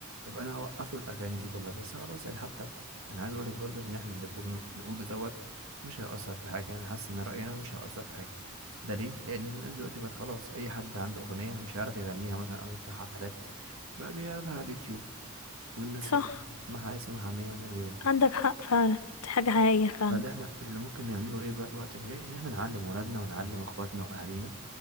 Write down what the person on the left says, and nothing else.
صح
عندك حق فعلا دي حاجة حقيقية فعلا